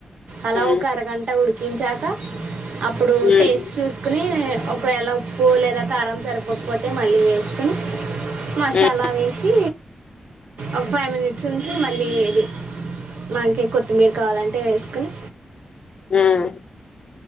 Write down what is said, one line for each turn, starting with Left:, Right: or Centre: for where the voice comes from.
Right: అలా
Left: ఉమ్,
Right: ఒక అరగంట ఉడుకు కించాక అప్పుడు
Left: ఉమ్,
Right: టేస్ట్ చూసుకుని ఒకవేళ ఉప్పు లేదా కారం సరిపోకపోతే మళ్ళీ వేస్త సుకని మసాలా
Left: ఉమ్,
Right: వేసి ఒక ఫైవ్ మినిట్స్ నుంచి మళ్ళీ ఇది మనకి కొత్తిమీర కావాలంటే వేసుకొని
Left: ఉమ్